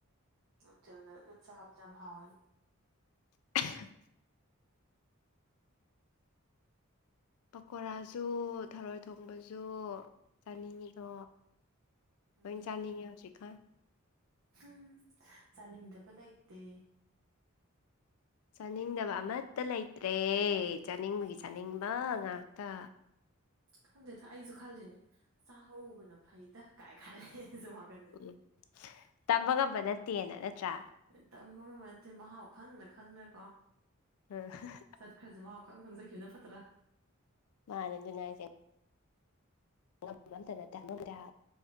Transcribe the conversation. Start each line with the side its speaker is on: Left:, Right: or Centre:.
Right: <unintelligible> ꯆꯥꯕꯗ ꯌꯥꯝ ꯍꯥꯎꯋꯦꯕ
Left: <unintelligible> ꯄꯀꯣꯔꯥꯁꯨ ꯊꯔꯣꯏ ꯊꯣꯡꯕꯁꯨ ꯆꯥꯅꯤꯡꯉꯤꯗꯣ
Right: ꯎꯝ
Left: ꯍꯣꯏ ꯆꯥꯅꯤꯡꯉꯦ ꯍꯧꯖꯤꯛꯀꯥꯟ
Right: ꯎꯝ ꯆꯥꯅꯤꯡꯗꯕ ꯂꯩꯇꯦ
Left: ꯆꯥꯅꯤꯡꯗꯕ ꯑꯃꯠꯇ ꯂꯩꯇ꯭ꯔꯦ ꯆꯥꯅꯤꯡꯕꯒꯤ ꯆꯥꯅꯤꯡꯕ ꯉꯥꯛꯇ
Right: ꯈꯪꯗꯦ ꯊ ꯑꯩꯁꯨ ꯈꯜꯂꯤꯅ‌ꯦ ꯆꯥꯍꯧꯕꯅꯥ ꯐꯩꯗ ꯈꯜꯂ‌ꯦ ꯁꯨꯝ ꯋꯥꯈꯜꯗ
Left: ꯎꯝ ꯇꯝꯕ ꯉꯝꯕ ꯅꯠꯇꯦꯅ ꯅꯠꯇ꯭ꯔꯥ
Right: ꯇꯝꯕ ꯉꯝꯃꯗꯦ ꯃꯍꯥꯎ ꯈꯪꯅ ꯈꯪꯅꯀꯣ
Left: ꯑ ꯍꯍꯍ
Right: ꯆꯠꯈ꯭ꯔꯖꯨ ꯃꯍꯥꯎ ꯈ ꯈꯪꯅ ꯆꯠꯈꯤꯕꯅ ꯐꯠꯇ꯭ꯔꯥ
Left: ꯃꯥꯅꯦ ꯑꯗꯨꯅꯥꯏ ꯑꯝꯕ ꯉꯝꯇ ꯅꯠꯇ ꯀꯌꯥ